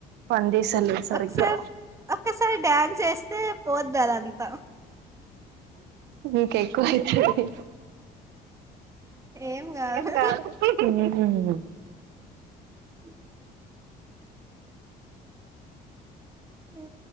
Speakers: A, on the right; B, on the right.
A: పనీ చేస్ తెల్దవది సరిగ్గా
B: ఒకసారి ఒక్కసారి డ్యాన్స్ ఏస్తే పోద్ది అది అంతా
A: మీకు ఎక్కువైతయి హ్
B: ఏం కాదు <unintelligible> హ్